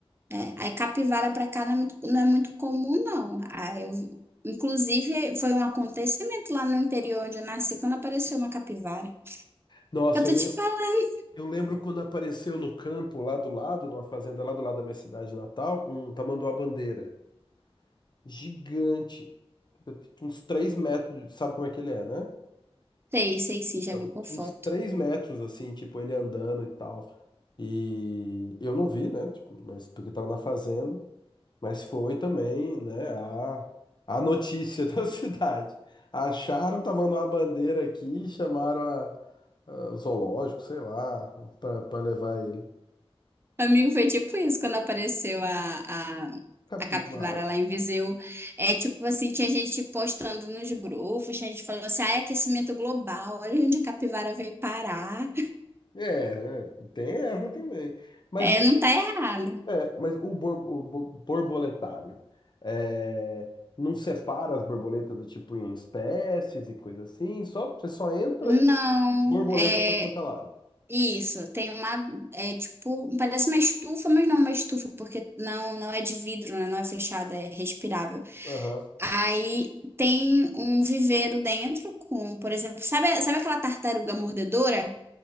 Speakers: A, on the right; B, on the left.
A: É, aí capivara para cá não é muito, não é muito comum, não. Aí eu, inclusive, foi um acontecimento lá no interior onde eu nasci, quando apareceu uma capivara.
B: Nossa,
A: Eu tô
B: eu lembro,
A: te falando.
B: eu lembro quando apareceu no campo lá do lado, numa fazenda lá do lado da minha cidade natal, um tamanduá-bandeira. Gigante. Uns 3 metros, sabe como é que ele é, né?
A: Sei, sei sim, já
B: Então,
A: vi por
B: tinha
A: foto.
B: uns três metros, assim, tipo, ele andando e tal. E eu não vi, né? Tipo, mas porque tava na fazenda. Mas foi também, né? A, a notícia <laughs> da cidade. Acharam, tá mandando a bandeira aqui, chamaram a, a- o zoológico, sei lá, pra, pra levar ele.
A: Amigo, foi tipo isso, quando apareceu a, a,
B: Capivara.
A: a capivara lá em Viseu. É tipo assim, tinha gente postando nos grupos, tinha gente falando assim, ah, é aquecimento global, olha onde a capivara veio parar.
B: É, né? Tem essa também. Mas
A: É,
B: o,
A: não tá errado.
B: É, mas o, bor- o bor- borboletário é, não separa as borboletas do tipo em espécies e coisa assim, só você só entra
A: Não,
B: e borboleta
A: é,
B: para quanto é lado.
A: Isso, tem uma, é tipo, parece uma estufa, mas não é uma estufa, porque não, não é de vidro, né? Não é fechada, é respirável.
B: Aham.
A: Aí tem um viveiro dentro com, por exemplo, sabe, sabe aquela tartaruga mordedora?